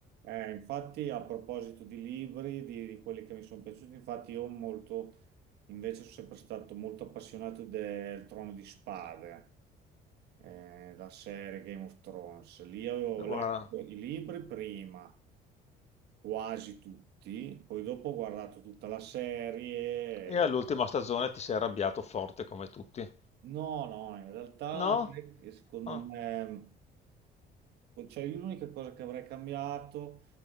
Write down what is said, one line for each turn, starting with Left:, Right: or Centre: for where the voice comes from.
Right: Eh, infatti a proposito di libri, di, di quelli che mi sono piaciuti, infatti io molto, invece sono sempre stato molto appassionato del Trono di Spade, eh, la serie Game of Thrones. Lì avevo
Left: Guarda,
Right: letto i libri prima quasi tutti, poi dopo ho guardato tutta la serie.
Left: E all'ultima stagione ti sei arrabbiato forte come tutti.
Right: No, no, in realtà
Left: No?
Right: sai che secondo
Left: Ah.
Right: me cioè, io l'unica cosa che avrei cambiato